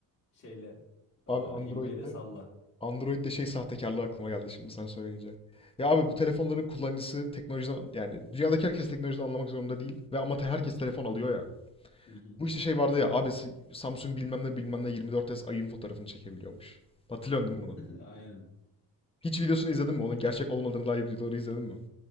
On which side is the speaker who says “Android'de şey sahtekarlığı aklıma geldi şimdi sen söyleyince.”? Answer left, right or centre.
Left